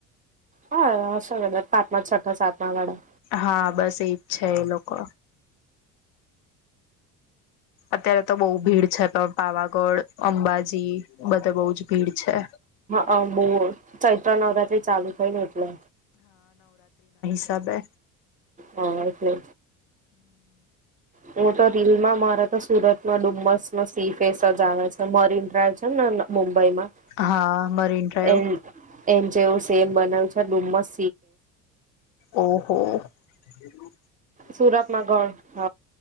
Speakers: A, on the right; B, on the left.
A: હહશે કદાચ પાચમાં કે છઠ્ઠા સાતમા વાળા
B: હા બસ એજ છે એ લોકો અત્યારે તો બઉ ભીડ છે તો પાવાગઢ, અંબાજી બધે બઉ જ ભીડ છે.
A: હઅ બહુ ચૈત્ર નવરાત્રી ચાલુ થઈ ને એટલે.
B: છે બે
A: હા એટલે જ હું તો રીલમાં મારા તો સુરતમાં ડુમસનો સી ફેસ જ આવે છે. મરીન ડ્રાઈવ છે ને મુંબઈ મુંબઈમાં
B: હા મરીન ડ્રાઈવ
A: એન એન જેવું સેમ બનાયું છે ડુમસ
B: ઓહ હો! <inaudible>
A: સુરતમાં ગણ હ